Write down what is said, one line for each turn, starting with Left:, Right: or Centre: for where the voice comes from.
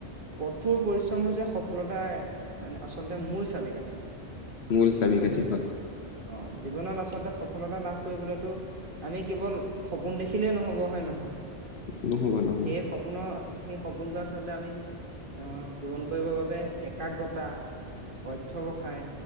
Right: কঠোৰ পৰিশ্ৰম হৈছে সফলতাৰ মানে আচলতে মূল চাবি-কাঠি।
Left: মূল চাবি
Right: হয়
Left: কাঠি
Right: নহয় অ জীৱনত আচলতে সফ লতা লাভ কৰিবলৈতো আমি কেৱল সপোন দেখিলেই নহব হয় নহয়
Left: নহ'ব নহ'ব।
Right: সেই সপোনৰ সেই সপোনটো আচলতে আমি অহ পূৰণ কৰিবৰ বাবে একাগ্ৰতা, অধ্যৱসায়